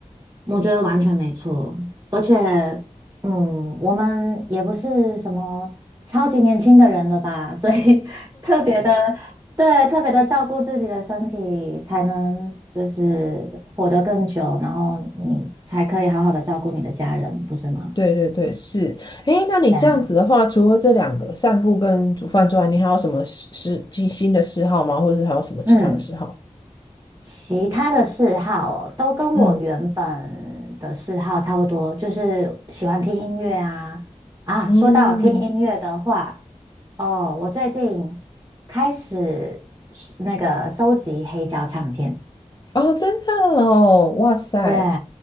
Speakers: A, on the right; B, on the left.
A: 我觉得完全没错，而且，嗯，我们也不是什么超级年轻的人了吧，所以 <laughs> 特别的，对，特别的照顾自己的身体，才能就是活得更久，然后你才可以好好的照顾你的家人，不是吗？
B: 对对对，是。诶，那你这样子的话，
A: 对啊，
B: 除了这两个散步跟煮饭之外，你还有什么嗜嗜新新的嗜好吗？或者还有什么其他的嗜好？
A: 嗯。其他的嗜好哦，都跟我原本的嗜好差不多，
B: 嗯
A: 就是喜欢听音乐啊。啊，
B: 嗯，
A: 说到听音乐的话，哦，我最近开始是那个收集黑胶唱片。
B: 哦，真的哦，哇塞，
A: 对，